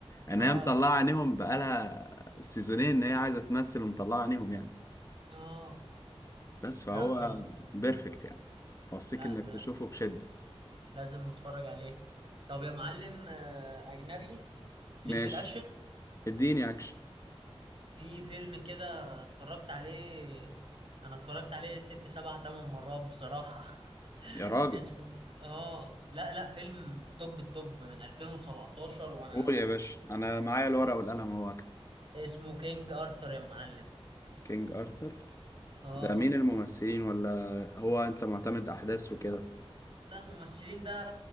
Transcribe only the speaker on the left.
ان
هي مطلعه عينيهم بقالها سيزونين ان هي عايزه تمثل ومطلعه عينيهم يعني
بس فهو
بيرفكت يعني اوصيك
انك
تشوفه بشده
ماشي
اديني اكشن
يا راجل
قول يا باشا انا معايا الورقه والقلم اهو اكتب
كينج ارثر
ده مين الممثلين ولا هو انت معتمد احداث وكده